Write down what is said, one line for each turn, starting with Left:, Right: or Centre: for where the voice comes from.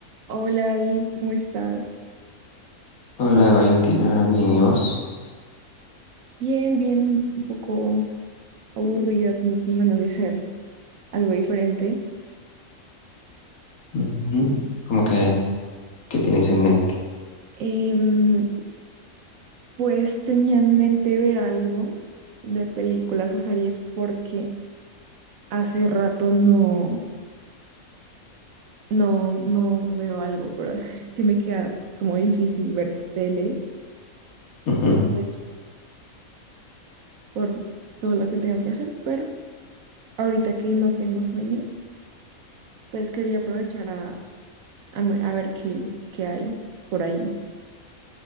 Right: Hola David, ¿cómo estás?
Left: Hola Valentina, bien, ¿y vos?
Right: Bien, bien, un poco aburrida, como con ganas de hacer algo diferente.
Left: Ujú. ¿Cómo que qué tienes en mente?
Right: Em, pues tenía en mente ver algo de películas o series porque hace rato no, no, no veo algo, pero <laughs> es que me queda como difícil ver tele,
Left: Ujú.
Right: pues por todo lo que tengo que hacer, pero ahorita que no tengo sueño, pues quería aprovechar a, a, me- a ver qué, qué hay por ahí.